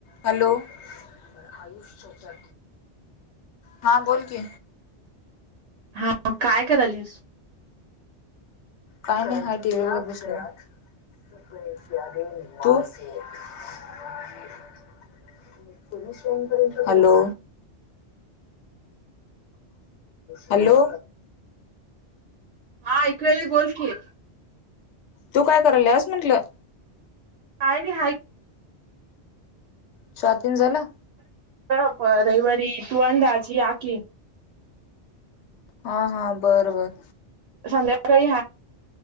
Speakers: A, on the left; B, on the right.
A: हॅलो ु हा बोल कि
B: हा काय करालस
A: पाय नाही हय टी वलागेस <unintelligible> हॅलो हॅलो
B: हा एकऐवेेळे बोलते
A: तू काय कल असस म्हंटलं
B: का नाही ह
A: चहा तेन झालं?
B: अ रविवार तू आणि दाजी या की.
A: हा, हा, बर बर.
B: संध्याकाळी हाय.